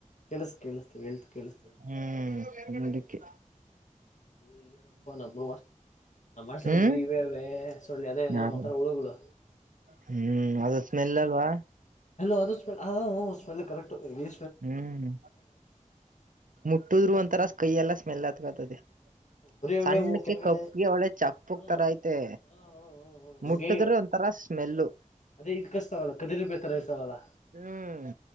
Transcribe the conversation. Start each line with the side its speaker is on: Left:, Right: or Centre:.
Left: ಕೇಳಸ್ತು ಕೇಳಿಸ್ತು ಹೇಳದ ಕೆಳಸ್ತುದೆ.
Right: ಹ್ಮ ಮುಂದಕ್ಕೆ
Left: ಇಲ್ಲೆ ನಪ್ಪ ನಂಬ್ರೂವಾ ನಮ್ಮ ಹಾಸ್ಟಲಲ್ಲಿ
Right: ಹ್ಮ್
Left: ಬರಿ ಇವೆ ಅವೇ ಸೊಳ್ಳಿ ಅದೇ ಏನೋ
Right: ಯಾರು
Left: ಒಂಥರ ಹುಳುಗಳು.
Right: ಹ್ಮ್ ಅದು ಸ್ಮೆಲ್ ಅಲ್ವಾ.
Left: ಹಲೋ ಅದು ಸ್ಮೆಲ್ ಹ ಹೊ ಅದು ಸ್ಮೆಲ್ ಕರೆಕ್ಟ್ ಇ
Right: ಹ್ಮ್ ಮುಟ್ಟುದ್ರು ಒಂತರ ಕೈ ಎಲ್ಲ ಸ್ಮೆಲ್ ಆತ್ಕತದೆ.
Left: ಬರಿ ಅವೇ
Right: ಸಣ್ಣಕ್ಕೆ
Left: ಕೆಳಗಡೆ
Right: ಕಪ್ಪಿಗೆ ಒಳ್ಳೆ ಚಪ್ಪಕ್
Left: ಹಾ
Right: ತರ ಐತೆ.
Left: ಹಾ ಹಂಗೆ
Right: ಮುಟ್ಟಿದ್ರೆ ಒಂಥರ ಸ್ಮೆಲ್ಲು.
Left: ಅದೇ ಈ ಕಚತವಲ್ಲ ಕಟ್ಟಿರ್ವೆ ತರಾ ಇರ್ತಾವಲ್ಲ
Right: ಹ್ಮ್